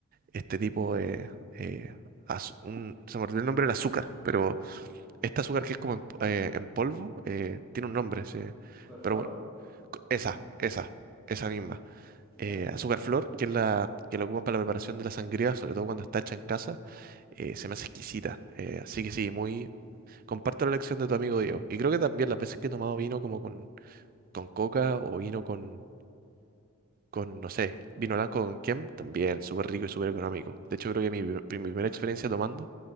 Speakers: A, on the right (about 40°); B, in the centre.
A: este tipo de... eh, az- un, se me olvidó el nombre del azúcar, pero este azúcar que es como en, eh, en polvo, eh, tiene un nombre, sí.
B: flor
A: Pero bueno, co- esa,
B: ¿No?
A: esa, esa misma.
B: Ya.
A: Eh, azúcar flor, que es la que la ocupan para la preparación de la sangría, sobre todo cuando está hecha en casa, eh, se me hace exquisita. Eh, así que sí, muy... Comparto la elección de tu amigo Diego. Y creo que también las veces que he tomado vino como con, con coca o vino con, con, no sé, vino blanco con quién, también súper rico y súper económico. De hecho, creo que mi, pri- mi primera experiencia tomando